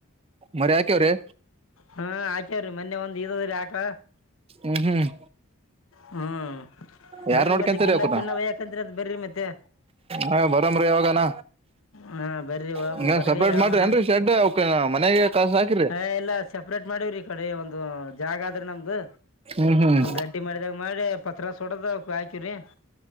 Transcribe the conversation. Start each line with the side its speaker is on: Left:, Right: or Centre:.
Right: ಮರಿ ಹಾಕ್ಯವ್ರಿ
Left: ಹಾ ಆಚಾರ್ರಿ ಮೊನ್ನೆ ಒಂದ್ ಇದದ್ರಿ ಆಾಕ
Right: ಹ್ಮ್ ಹ್ಮ್
Left: ಹ್ಮ್
Right: ಯಾರ್
Left: ಬರಿ
Right: ನೋಡ್ಕೊಂತರಿ
Left: ಮತ್ತೆ ಗಿಂಡ
Right: ಅವಕುನ
Left: ಪಿಂಡ ಯಾಕಂದ್ರ ಅಂತ ಬರ್ರ ಮತ್ತೆ
Right: ಹ ಬರಮ್ರಿ ಯಾವಾಗನ
Left: ಹಾ ಬರ್ರಿ
Right: ಹಂಗ
Left: ಬರ್ರಿ
Right: ಸಪ್ರೇಟ್
Left: ಯಾವಾಗನ
Right: ಮಾಡ್ರಿ ಏನ್ರಿ ಶೆಡ್ ಅವಕ್ ಮನೆಗೆ ಕಾಸ ಹಾಕಿರಿ
Left: ಹ ಎಲ್ಲ ಸೆಪ್ರೇಟ್ ಮಾಡವ್ರಿ ಈ ಕಡೆ ಒಂದು ಜಾಗ ಆದ್ರ ನಮ್ದು
Right: ಹ್ಮ್ ಹ್ಮ್
Left: ದಡ್ಡಿ ಮಾಡಿದಾಗ ಮಾಡಿ ಪತ್ರ ಸುಡದ ಹಾಕವ್ರಿ